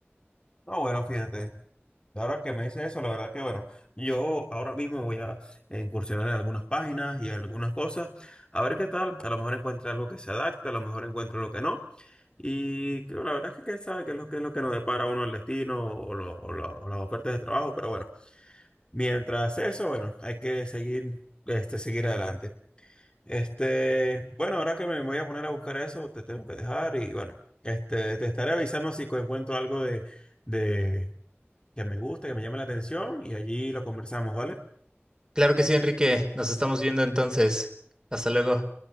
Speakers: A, on the left; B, on the right.
A: No, bueno, fíjate. Ahora que me dice eso, la verdad que bueno, yo ahora mismo voy a eh, incursionar en algunas páginas y algunas cosas, a ver qué tal, a lo mejor encuentro algo que se adapte, a lo mejor encuentro lo que no, y que la verdad es que quién sabe qué es lo que es lo que nos depara a uno el destino o, lo- o la- o las ofertas de trabajo, pero bueno, mientras eso, bueno, hay que seguir, este, seguir adelante. Este, bueno, ahora que me voy a poner a buscar eso, te tengo que dejar y bueno, este, te estaré avisando si encuentro algo de de- que me guste, que me llame la atención y allí lo conversamos, ¿vale?
B: Claro que sí, Enrique. Nos estamos viendo entonces. Hasta luego.